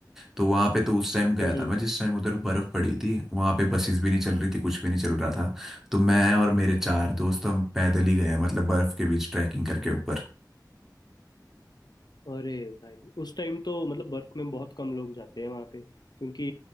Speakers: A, in the centre; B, on the left.
A: तो वहाँ पे तो उस टाइम गया
B: हम्म
A: था मैं जिस टाइम उधर बर्फ पड़ी थी वहाँ पे बसेस भी नहीं चल रही थी कुछ भी नहीं चल रहा था तो मैं और मेरे चार दोस्त हम पैदल ही गए मतलब बर्फ के बीच ट्रैकिंग करके ऊपर
B: अरे भाई उस टाइम तो मतलब बर्फ में बहुत कम लोग जाते हैं वहां पे क्योंकि